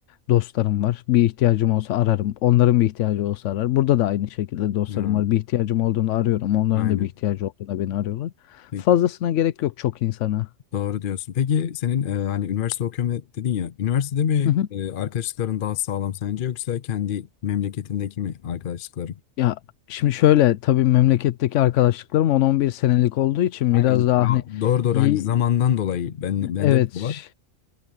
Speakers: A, on the left (about 85°); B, on the left (about 55°).
A: dostlarım var. Bir ihtiyacım olsa ararım. Onların bir ihtiyacı olsa arar. Burada da aynı şekilde dostlarım
B: Ha,
A: var. Bir ihtiyacım olduğunda arıyorum. Onların
B: aynen.
A: da bir ihtiyacı olduğunda beni arıyorlar.
B: Peki,
A: Fazlasına gerek yok çok insana.
B: doğru diyorsun. Peki senin e, hani üniversite okuyorum de- dedin ya. Üniversitede mi
A: Hı hı.
B: e, arkadaşlıkların daha sağlam sence yoksa kendi memleketindeki mi arkadaşlıkların?
A: Ya şimdi şöyle tabii memleketteki arkadaşlıklarım on-on bir senelik olduğu için
B: Aynen.
A: biraz daha
B: Ya,
A: hani
B: doğru doğru
A: y-
B: hani zamandan dolayı ben bende
A: evet
B: de bu var.